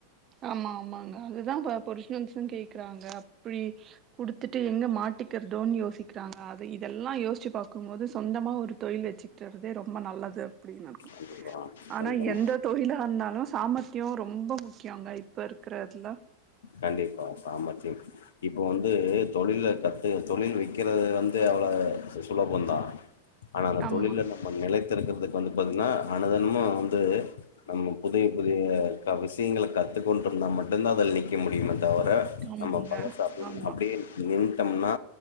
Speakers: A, on the right; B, on the left.
A: ஆமா ஆமாங்க அதுதா இப்ப பொரிசுனல்ஸு கேக்கு க்றாங்க இப்டி குடுத்துட்டு எங்க மாட் மாட்டிக்கிறதோன் யோசிக்கிறாங்க அது இதெல்லா யோசிச்சு பாக்கும்போது சொந்தமா ஒரு தொழில் வெச்சுட்றதே ரொம்ப நல்லது அப்பிடின்னு இருக்கு
B: கண்டிப்பா
A: ஆனா
B: சொந்தமா
A: எந்த தொழிலா இருந்தாலு சாமர்த் அய்யோ ரொம்ப சியாங்க இப்ப இருக்கிறதுல
B: கண்டிப்பா சாமர்த்தி இப்ப வந்து தொழில கத்து தொழில் வெக்கறது வந்து அவ்ள சுலபந்தா ஆனா அந்த
A: ஆமா
B: தொழில்ல நம்ம நிலைத்திருக்கறதுக்கு வந்து பாத்திங்னா அனுதெனமு வந்து நம்ம புதிய புதிய விஷயங்கள கத்துக்கொண்ருந்தா மட் டுந்தா அதுல நிக்க முடியுமே தவர
A: ஆமாங்க
B: நம்ம பழச அப்டியே
A: ஆமா
B: அப்டியே நின் ட்டம்னா